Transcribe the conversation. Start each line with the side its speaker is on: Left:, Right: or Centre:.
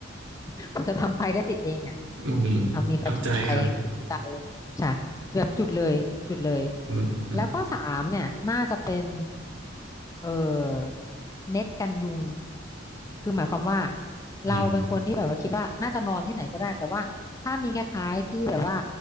Left: <laughs> กว่าจะทำไฟได้ติดเองเนี่ย
Right: อืม
Left: เอามีไฟไปอุ่นใจ
Right: เข้าใจครับ
Left: ค่ะแบบจุดเลยจุดเลย
Right: อืมอืม
Left: แล้วก็สามเนี่ยน่าจะเป็นเออเน็ตกันยุงคือหมายความว่า
Right: อืม
Left: เราเป็นคนที่แบบว่าคิดว่า น่าจะนอนที่ไหนก็ได้ แต่ว่าถ้ามีคล้ายๆที่แบบว่า